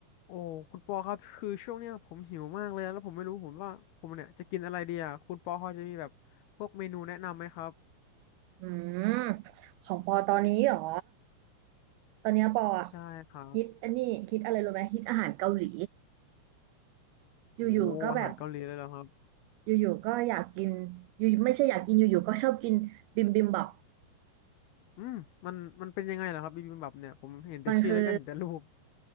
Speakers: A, on the left; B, on the right.
A: โอ้คุณปอครับคือช่วงเนี้ยผมหิวมากเลยนะแล้วผมไม่รู้ผมว่าผมเนี่ยจะกินอะไรดีอ่ะคุณปอพอจะมีแบบพวกเมนูแนะนำไหมครับ
B: อืมของปอตอนนี้เหรอ ตอนเนี้ยปออะ
A: ใช่ครับ
B: คิดอันนี้คิดอะไรรู้ไหมคิดอาหารเกาหลีอยู่ๆก็แบบ
A: โอ้อาหารเกาหลีเลยเหรอครับ
B: อยู่ๆก็อยากกินอยู่ไม่ใช่อยากกินอยู่ๆก็ชอบกินบิมบิมบับ
A: อืมมันมันเป็นยังไงเหรอครับบิบิมบับเนี่ยผมเห็นแต่ชื่อแล้วก็เห็นแต่รูป
B: มันคือ